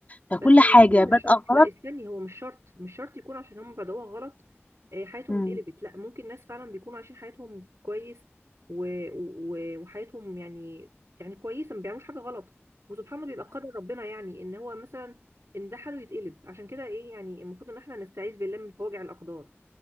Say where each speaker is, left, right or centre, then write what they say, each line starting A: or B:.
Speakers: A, on the left; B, on the right.
A: فكل
B: بس على
A: حاجه
B: فكرة
A: بادئه
B: مش شرط لا
A: غلط
B: استني هو مش شرط مش شرط يكون عشان هم بدأوها غلط آه، حياتهم
A: مم.
B: اتقلبت لا ممكن ناس فعلا بيكونوا عايشين حياتهم كويس و... و... وحياتهم يعني يعني كويسة ما بيعملوش حاجة غلط وسبحان الله بيبقى قدر ربنا يعني ان هو مثلا ان ده حاله يتقلب عشان كده ايه يعني المفروض ان احنا نستعيذ بالله من فواجع الأقدار